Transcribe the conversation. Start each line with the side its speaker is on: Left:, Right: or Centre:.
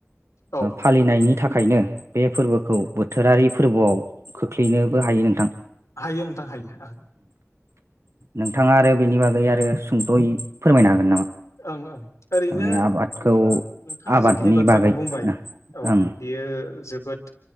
Left: औ
Right: फालिनायनि। नि थाखायनो बे फोरबोखौ बोथोरारि फोरबोआव खोख्लैनोबो हायो नोंथां।
Left: हायो नोंथां हायो। ओं
Right: नोंथाङा आरो बेनि बागै आरो सुंदयै फोरमायनो हागोन नामा?
Left: ओं ओं ओरैनो
Right: थारमाने आबादखौ
Left: नोंथाङा
Right: आबादनि
Left: जिखिनि बाथ्राखौ
Right: बागै
Left: बुंबाय औ
Right: ओं
Left: बियो। जोबोद